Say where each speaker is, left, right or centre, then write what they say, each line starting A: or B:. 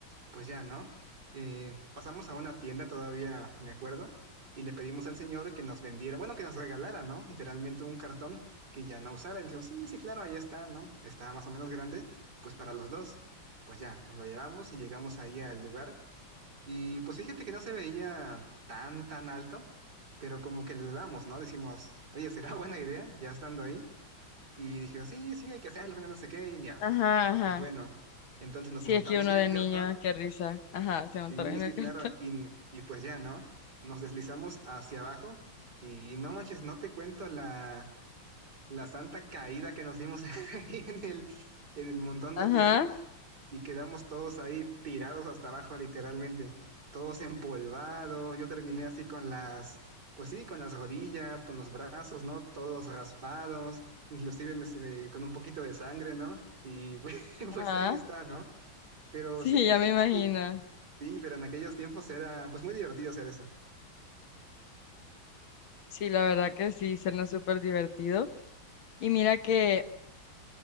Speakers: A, on the right; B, on the left.
A: pues ya, ¿no? Eh, pasamos a una tienda todavía, me acuerdo, y le pedimos al señor que nos vendiera, bueno, que nos regalara, ¿no? Literalmente un cartón que ya no usara. Y dijo, sí, sí, claro, ahí está, ¿no? Está más o menos grande, pues para los dos. Pues ya, nos lo llevamos y llegamos ahí al lugar. Y pues fíjate que no se veía tan, tan alto, pero como que lo dudamos, ¿no? Decimos, oye, ¿será buena idea? Ya estando ahí. Y dijeron, sí, sí, hay que hacerlo, bueno, no sé qué, y ya.
B: Ajá, ajá.
A: Pues bueno, entonces nos
B: Sí,
A: montamos
B: es que uno
A: en
B: de
A: el cartón,
B: niño, qué risa. Ajá, se me
A: sí,
B: en
A: sí,
B: el
A: claro,
B: cartón. <laughs>
A: y, y pues ya, ¿no? Nos deslizamos hacia abajo y no manches, no te cuento la, la santa caída que nos dimos <laughs> ahí en el, en el montón
B: Ajá,
A: de tierra y quedamos todos ahí tirados hasta abajo, literalmente, todos empolvados. Yo terminé así con las, pues sí, con las rodillas, con los brazos, ¿no? Todos raspados, inclusive me- se me- con un poquito de sangre, ¿no? Y <laughs>
B: ajá.
A: pues ahí está,
B: <laughs>
A: ¿no? Pero
B: Sí,
A: sí, en
B: ya
A: aquellos,
B: me imagino.
A: eh, sí, pero en aquellos tiempos era pues muy divertido hacer eso.
B: Sí, la verdad que sí, suena súper divertido. Y mira que